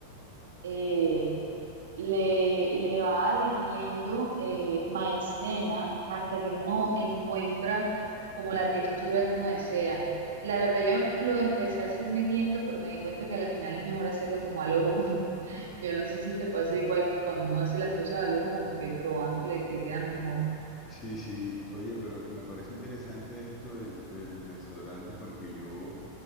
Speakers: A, on the right; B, on the left.
A: eh, le, le va adhiriendo eh, maicena hasta que uno encuentra como la textura que uno desea. La verdad, yo lo empecé a hacer midiendo, pero me di cuenta que al final es mejor hacerlo como al ojo. <laughs> Yo no sé si te pasa igual que cuando uno hace las cosas al ojo, como que probando le, le quedan mejor.
B: Sí, sí, oye, pero me parece interesante esto del, del desodorante porque yo